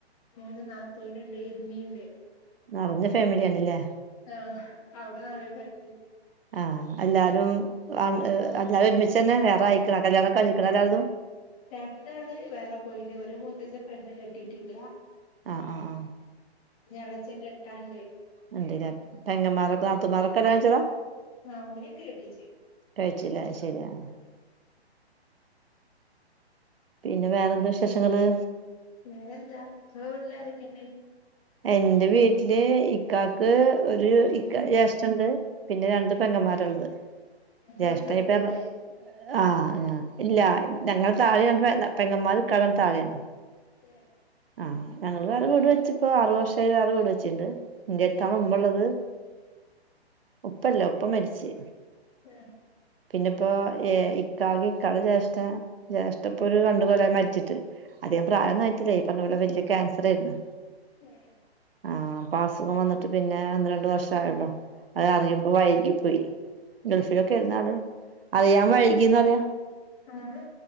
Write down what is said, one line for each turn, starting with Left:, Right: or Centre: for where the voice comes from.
Left: മൂന്ന് നാത്തൂന്ണ്ട് ഇമ്മിണ്ട്
Right: നിറഞ്ഞ ഫാമിലിയ ആണ്ല്ലേ?
Left: ആഹ് ആവിടാനേ ഫമിലി
Right: ആഹ് എല്ലാരും ആ എല്ലാലും ഒരുമിച്ച് തന്നെ വേറെ അയിക്ക്ണ കല്യാണം ഒക്കെ കയിഞ്ഞ് ക്കണോ എല്ലാരേതും?
Left: രണ്ടാള് വേറെ പോയിന് ഒരു മൂത്തചൻ പെണ്ണ് കെട്ടിയിട്ടില്ല
Right: ആഹ് ആഹ് ആഹ്
Left: എളച്ചൻ കേട്ടാണ്ട്
Right: ഉണ്ട് ല്ലേ പെങ്ങമ്മാരൊക്കെ നത്തോന്മാരൊക്കെ കല്യാണം കഴിച്ചതാ
Left: ആഹ് ഓലൊക്കെ കെട്ടിച്
Right: കഴിച് ലേ ശരിയാ പിന്നെ വേറെന്താ വിശേഷങ്ങള്?
Left: വേറെന്താ ങ്ങള് വീട്ടില ആരക്കണ്ടേ?
Right: എന്റെ വീട്ടില് ഇക്കാക്ക് ഒരു ഇക്ക ജേഷ്ഠൻണ്ട് പിന്നെ രണ്ട് പെങ്ങന്മാരുള്ളത്
Left: നിങ്ങള്
Right: ജ്യേഷ്ഠപ്പ
Left: ചെറുതല്ലേ
Right: ആഹ് ആ ഇല്ല ഞങ്ങള താളെ പെങ്ങമാർ ഇക്കാന്റെ താഴേയാണ്
Left: തെ
Right: ആഹ് ഞങ്ങൾ വേറെ വീട് വെച്ചിപ്പോ ആറു വർഷമായി വേറെ വീട് വെച്ചിണ്ട് ഇന്റെ അടുത്താണ് ഉമ്മ ള്ളത് ഉപ്പല്ല ഉപ്പ മരിച്ച്
Left: ഏ
Right: പിന്നെ ഇപ്പോ ഇക്കാകെ ഇക്കാടെ ജേഷ്ഠ ജേഷ്ഠ ഇപ്പൊ ഒരു രണ്ട് കൊല്ലായി മരിച്ചിട്ട് അതികം പ്രായം ഒന്നു ആയിട്ടില ഈ പറഞ്ഞ പോലെ വലിയ ക്ൻസർ ആയിരുന്നു
Left: ഏഹ്
Right: ആഹ് അപ്പൊ അസുഖം വന്നിട്ട് പിന്നെ ഒന്ന് രണ്ട് വർഷായുള്ളോ അത് അറിയുമ്പോ വൈകി പോയി ഗൾഫിലൊക്കെ ഇരുന്നാള് അറിയാൻ വഴ്കിന്ന്റിയ
Left: ആഹ്